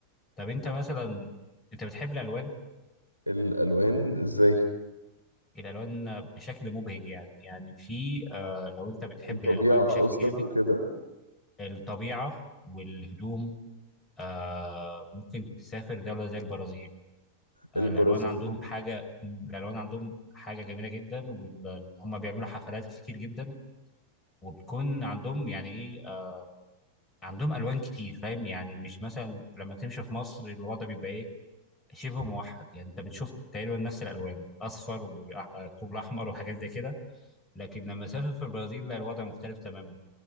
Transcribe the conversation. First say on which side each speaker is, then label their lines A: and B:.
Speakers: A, on the left; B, on the left.
A: طب انت مثلا انت بتحب الالوان
B: الألوان ازاي
A: الالوان بشكل مبهج يعني يعني في آه لو انت بتحب
B: الطبيعة
A: الالوان بشكل
B: قصدك
A: جامد
B: وكده
A: الطبيعه والهدوم آه ممكن تسافر دوله زي البرازيل آه،
B: البرازيل
A: الالوان عندهم حاجه الالوان عندهم حاجه جميله جدا وهم بيعملوا حفلات كتير جدا وبتكون عندهم يعني ايه آه، عندهم الوان كتير فاهم يعني مش مثلا لما تمشي في مصر الوضع بيبقى ايه شبه موحد يعني انت بتشوف تقريبا نفس الالوان اصفر وطوب احمر وحاجات زي كده لكن لما اسافر في البرازيل لا الوضع مختلف تماما